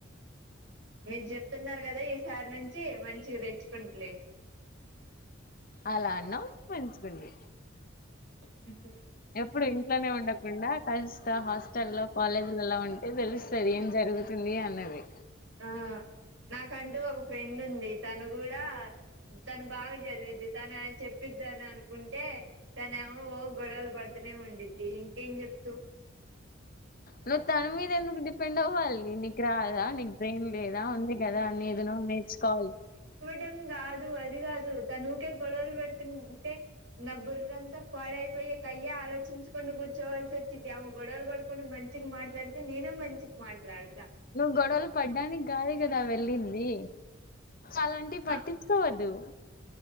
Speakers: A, on the right (about 75°); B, on the left (about 45°).
A: మీరు చెప్తున్నారు కదా ఈసారి నుంచి మంచిగా తెచ్చుకుంటలే.
B: అలా అన్నావ్ మంచిగుంది.
A: అ
B: ఎప్పుడు ఇంట్లోనే ఉండకుండా కాస్త హాస్టల్ల్లో కాలేజీలలా ఉంటే తెలుస్తది ఏం జరుగుతుంది అన్నది.
A: ఆ నాకంటూ ఒక ఫ్రెండ్ ఉంది. తను కూడా తను బాగా చదివిద్ది తను చెప్పిద్ద అని అనుకుంటే తనే ఏమో ఓ గొడవలు పడుతూనే ఉండిద్ది. ఇంకేం చెప్తూ
B: నువ్వు తన మీద ఎందుకు డిపెండ్ అవ్వాలే నీకు రాద నే ఎం లేదా ఉంది కదా నీదిను నేర్చుకోవాలి.
A: డం కాదు అది కాదు తనుకే గొడవలు వేడుతుంటే నా బుర్రంతా పాడైపోయే కయ్య ఆలోచించుకుని కూర్చోవల్సి వచ్చిది. ఆమ గొడవలు పడకుండా మంచికి మాట్లాడితే నేను మంచికి మాట్లాడ
B: నువ్ గొ గొడవలు పడ్డానికి కాదు కదా వెళ్ళింది అలాంటివి పట్టించుకోవద్దు.
A: ఆ